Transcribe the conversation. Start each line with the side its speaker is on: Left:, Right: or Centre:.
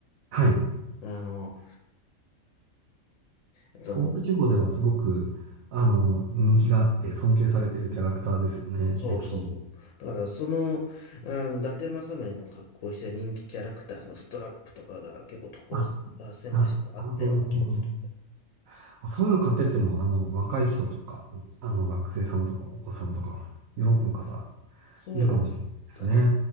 Right: はい。
Left: あの、えっと、
Right: 東北地方ではすごく、あの、人気があって尊敬されてるキャラクターですよね。
Left: そうそうそう。
Right: 歴史。
Left: だから、その、あの、伊達政宗の格好をした人気キャラクターのストラップとかが結構所
Right: あ、
Left: 狭しとあったような気がするんだ。
Right: あ、なるほど、なるほど。あそういうの買ってっても、あの、若い人とか、あの、学生さんとかお子さんとか、喜ぶ方
Left: そうだね。
Right: いるかもしれないですね。